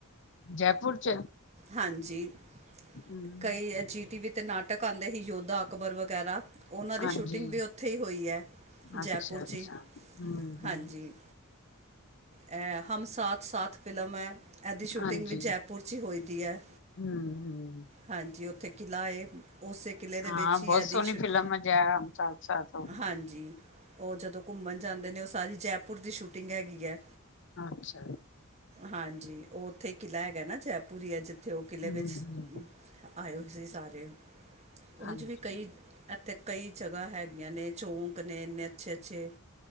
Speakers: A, on the left; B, on the right.
A: ਜੈਪੁਰ ਚ
B: ਹਾਂਜੀ,
A: ਹਮ
B: ਕਈ ਅ ਜੀ ਟੀ ਵੀ ਤੇ ਨਾਟਕ ਆਂਦ ਦੇ ਹੀ ਯੋਧਾ- ਅਕਬਰ ਵਗੈਰਾ ਉਹਨਾਂ ਦੀ
A: ਹਾਂਜੀ
B: ਸ਼ੂਟਿੰਗ ਵੀ ਉੱਥੇ ਇ ਹੋਈ ਐ, ਜੈਪੁਰ
A: ਅੱਛਾ-ਅੱਛਾ,
B: ਚ ਹੀ,
A: ਹੂੰ-ਹੂੰ,
B: ਹਾਂਜੀ। ਇਹ ਹਮ ਸਾਥ-ਸਾਥ ਫਿਲਮ ਐ ਇਹਦੀ ਸ਼ੂਟਿੰਗ
A: ਹਾਂਜੀ।
B: ਵੀ ਜੈਪੁਰ 'ਚ ਹੀ ਹੋਈ ਦੀ ਐ।
A: ਹੂੰ-ਹੂੰ,
B: ਹਾਂਜੀ, ਉੱਥੇ ਕਿਲ੍ਹਾ ਏ। ਉਸੇ ਕਿਲੇ ਦੇ
A: ਹਾਂ
B: ਵਿੱਚ ਹੀ
A: ਬਹੁਤ
B: ਏਦੀ,
A: ਸੋਹਣੀ
B: ਛੁਟ,
A: ਫਿਲਮ ਹੈ ਜੈ ਹਮ ਸਾਥ-ਸਾਥ ਹੋ।
B: ਹਾਂਜੀ। ਉਹ ਜਦੋਂ ਕੁਮਣ ਜਾਂਦੇ ਨੇ, ਉਹ ਸਾਰੀ ਜੈਪੁਰ ਦੀ ਸ਼ੂਟਿੰਗ ਹੈਗੀ ਐ।
A: ਅੱਛਾ।
B: ਹਾਂਜੀ, ਓਹ ਉੱਥੇ ਕਿਲ੍ਹਾ ਹੈਗਾ ਨਾ ਜੈਪੁਰ ਇ ਹੈ, ਜਿੱਥੇ ਉਹ ਕਿਲ੍ਹੇ
A: ਹੂੰ-ਹੂੰ,
B: ਵਿੱਚ ਆਏਯੋ ਤੁਸੀ ਸਾਰੇ, ਓਝ
A: ਹਾਂਜੀ।
B: ਵੀ ਕਈ ਅਥੇ ਕਈ ਜਗ੍ਹਾ ਹੈਗੀਆਂ ਨੇ ਚੌਂਕ ਨੇ, ਇੰਨੇ ਅੱਛੇ-ਅੱਛੇ।